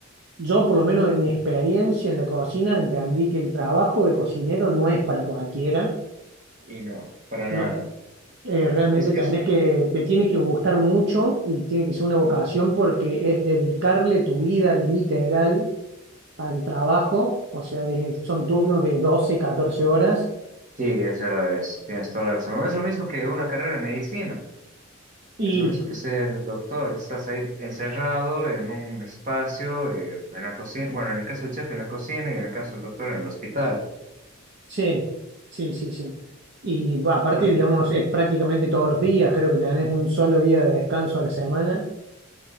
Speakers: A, on the right; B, on the right.
A: Yo, por lo menos en mi experiencia en la cocina, entendí que el trabajo de cocinero no es para cualquiera,
B: y no, para
A: ¿no?
B: nada.
A: Eh, realmente
B: Es que
A: tenés
B: es...
A: que, te tiene que gustar mucho y tiene que ser una vocación
B: mm,
A: porque es dedicarle tu vida literal al trabajo, o sea, es- son turnos de 12 14 horas
B: Sí, es verdad eso. Tienes toda la razón. No es lo mismo que una carrera en medicina.
A: y
B: Es lo mismo que ser doctor, estás ahí encerrado en un espacio, eh, en la cocina, bueno, en el caso del chef en la cocina y en el caso del doctor en el hospital.
A: sí, sí, sí, sí. Y bah, aparte,
B: Por-
A: digamos, es prácticamente todos los días, creo que tenés un solo día de descanso a la semana